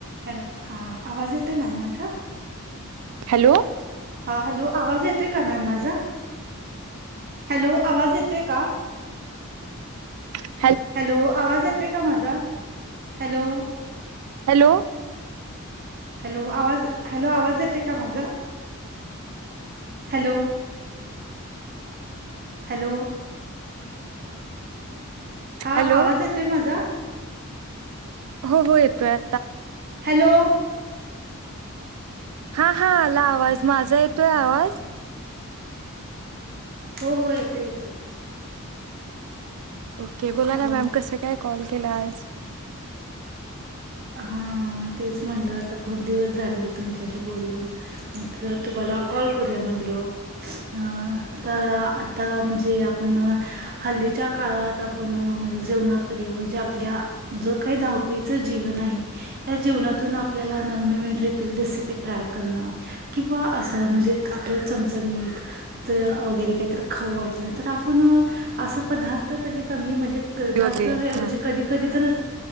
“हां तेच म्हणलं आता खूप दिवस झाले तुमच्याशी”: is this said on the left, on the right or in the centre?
Right